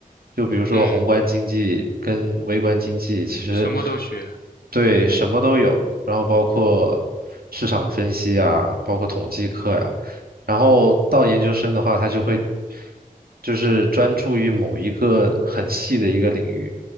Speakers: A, on the right (about 80°); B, on the left (about 85°).
A: 就比如说宏观经济跟微观经济，
B: 嗯，
A: 其实
B: 什么都学，
A: 对什么都有，然后包括市场分析啊，包括统计课呀、然后到研究生的话，他就会就是专注于某一个很细的一个领域